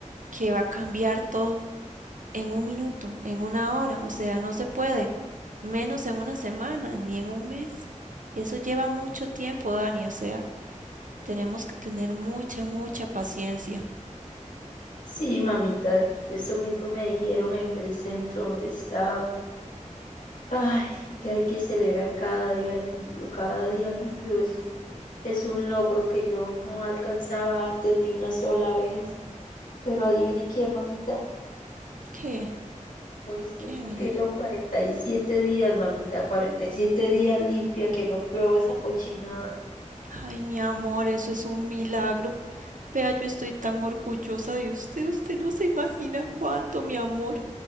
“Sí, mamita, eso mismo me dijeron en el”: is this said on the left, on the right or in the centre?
Left